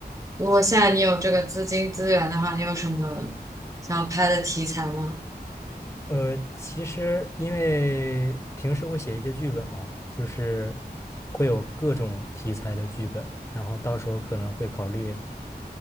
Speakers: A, on the right; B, on the left.
A: 如果现在你有这个资金资源的话，你有什么想要拍的题材吗？
B: 呃，其实因为平时会写一些剧本嘛，就是会有各种题材的剧本，然后到时候可能会考虑